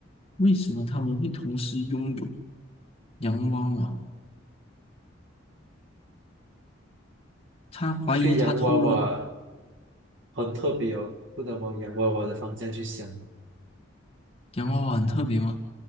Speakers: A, on the left; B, on the right.
A: 为什么他们会同时拥有洋娃娃？他怀疑他偷了
B: 这个洋娃娃很特别哦，不能往洋娃娃的方向去想。
A: 洋娃娃很特别吗？